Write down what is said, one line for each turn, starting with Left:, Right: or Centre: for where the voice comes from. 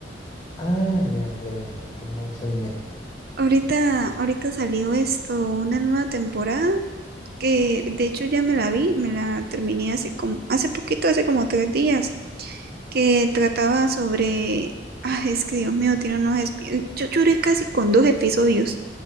Left: Ah, ya, ya, ya. Como ese anime.
Right: Ahorita, ahorita salió esto, una nueva temporada, que de hecho ya me la vi, me la terminé hace como, hace poquito, hace como tres días. que trataba sobre... Ah, es que Dios mío, tiene unos... espi- Yo lloré casi con dos episodios.